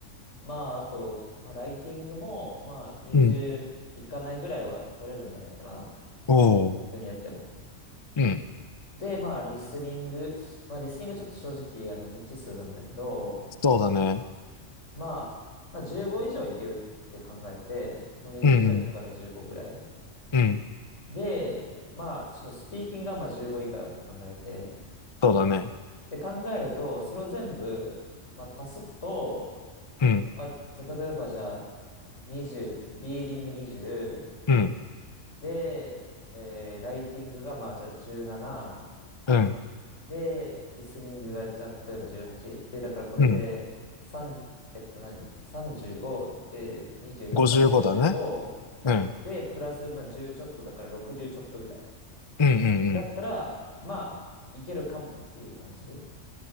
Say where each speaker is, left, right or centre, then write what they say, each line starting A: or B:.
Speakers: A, on the left (about 75°); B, on the left (about 25°).
A: まああと、まあライティングも、まあ20いかないぐらいは取れるんじゃないかな。
B: うん。おお。
A: 普通にやっても。
B: うん。
A: で、まあ、リスニング。まあ、リスニングちょっと正直、あの、未知数なんだけど、
B: そうだね。
A: まあ、まあ、15以上いけるって考えて、まあ、20弱から15ぐらい。
B: うん、うん、うん。
A: で、まあ、ちょっとスピーキングがまあ15以下だと考えて、
B: そうだね。
A: で、考えると、それを全部、まあ、足すと、
B: うん、
A: まあ、た例えばじゃあ、20、リーディング20、
B: うん、
A: で、えー、ライティングがまあ、じゃあ17、
B: うん、
A: で、リスニングが、じゃあ、例えば18。で、だからこれで、
B: うん。
A: 3、えっと何 ?35 で、20だから55。
B: 55だね。うん、
A: で、プラス、まあ、10ちょっとだから60ちょっとぐらい。
B: うん、うん、
A: だったら、
B: うん。
A: まあ、いけるかもっていう感じ。